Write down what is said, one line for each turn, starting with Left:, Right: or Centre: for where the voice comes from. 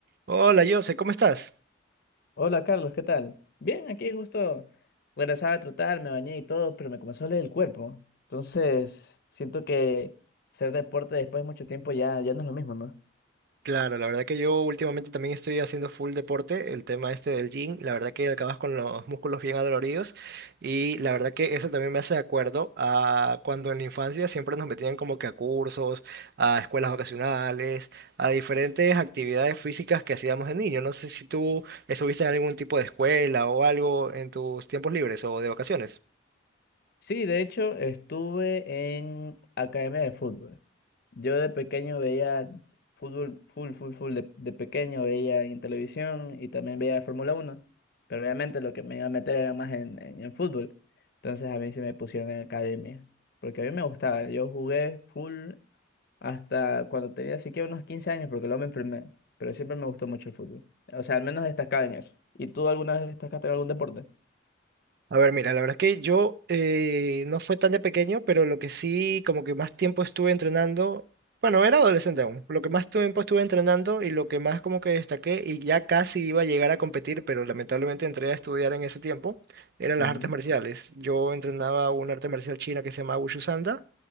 Right: Hola, Jose, ¿cómo estás?
Left: Hola Carlos, ¿qué tal? Bien, aquí justo regresaba a trotar, me bañé y todo, pero me comenzó a doler el cuerpo. Entonces, siento que hacer deporte después de mucho tiempo ya, ya no es lo mismo, ¿no?
Right: Claro, la verdad que yo últimamente también estoy haciendo full deporte, el tema este del gym, la verdad que acabas con los músculos bien adoloridos y la verdad que eso también me hace de acuerdo a cuando en la infancia siempre nos metían como que a cursos, a escuelas vacacionales, a diferentes actividades físicas que hacíamos de niño. No sé si tú estuviste en algún tipo de escuela o algo en tus tiempos libres o de vacaciones.
Left: Sí, de hecho, estuve en academia de fútbol. Yo de pequeño veía fútbol, full, full, full, de, de pequeño veía en televisión y también veía Fórmula Uno, pero obviamente lo que me iba a meter era más en, en, en fútbol. Entonces a mí se me pusieron en academia, porque a mí me gustaba. Yo jugué full hasta cuando tenía así que unos 15 años, porque luego me enfermé, pero siempre me gustó mucho el fútbol. O sea, al menos destacaba en eso. ¿Y tú alguna vez destacaste en algún deporte?
Right: A ver, mira, la verdad es que yo eh, no fue tan de pequeño, pero lo que sí, como que más tiempo estuve entrenando, bueno, era adolescente aún, lo que más tiempo estuve entrenando y lo que más como que destaqué y ya casi iba a llegar a competir, pero lamentablemente entré a estudiar en ese tiempo, eran
Left: Mm,
Right: las artes marciales. Yo entrenaba una arte marcial china que se llama Wushu Sanda